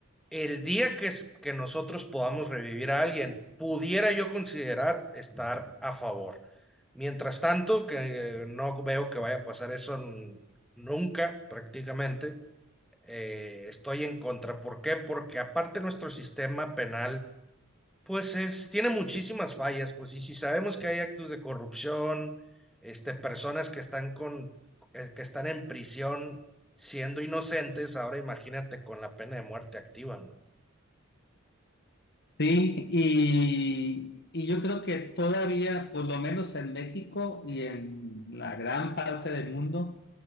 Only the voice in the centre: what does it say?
El día que, es- que nosotros podamos revivir a alguien, pudiera yo considerar estar a favor. Mientras tanto, que eh, no veo que vaya a pasar eso n- nunca, prácticamente, eh, estoy en contra. ¿Por qué? Porque aparte nuestro sistema penal pues es, tiene muchísimas fallas, pues, y si sabemos que hay actos de corrupción, este, personas que están con, eh, que están en prisión siendo inocentes, ahora imagínate con la pena de muerte activa, ¿no?